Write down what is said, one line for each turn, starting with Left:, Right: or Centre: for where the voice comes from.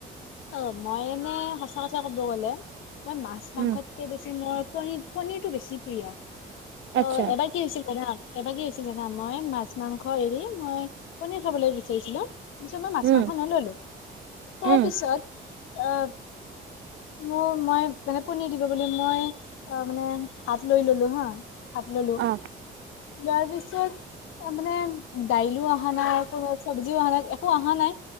Left: অহ, মই এনে সঁচা কথা ক'ব গ'লে মই মাছ মাংসতকে
Right: উম
Left: বেছি মই পনীৰ-পনীৰটো বেছি প্ৰিয়।
Right: আচ্ছা
Left: অহ এবাৰ কি হৈছিল জানা? এবাৰ কি হৈছিল জানা? মই মাছ মাংস এৰি মই পনীৰ খাবলৈ বিচাৰিছিলো। পিছত মই মাছ
Right: উম
Left: মাংস নললো, তাৰ
Right: উম
Left: পিছত অহ, মোৰ মই মানে পনিৰ দিব বুলি মই অহ মানে ভাত লৈ ললো হা? ভাত ল'লোঁ।
Right: অ
Left: লোৱাৰ পিছত তাৰ মানে দাইলো আহা নাই, চবজিও অহা নাই একো অ হ নাই,